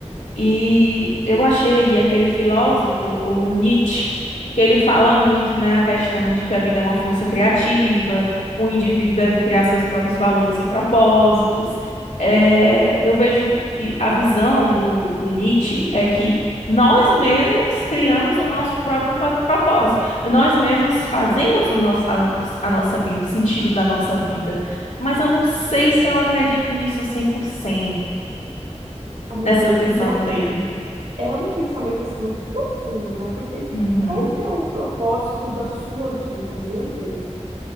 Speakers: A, on the left (about 80°); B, on the right (about 70°).
A: E eu achei e aquele filósofo, o Nietzsche, que ele fala muito, né, a questão de que a vida é uma força criativa, o indivíduo deve criar seus próprios valores e propósitos. É, eu vejo que a visão do, do Nietzsche é que nós mesmos criamos o nosso próprio pro- propósito, nós mesmos fazemos o nosso, a, os- a nossa vida, o sentido da nossa vida. Mas eu não sei se eu acredito nisso 100%
B: amiga,
A: nessa
B: e,
A: visão
B: e é, um-
A: dele.
B: é um pensamento assim muito profundo, né? Porque
A: Uhum,
B: qual que é o propósito da sua vida? Meu Deus,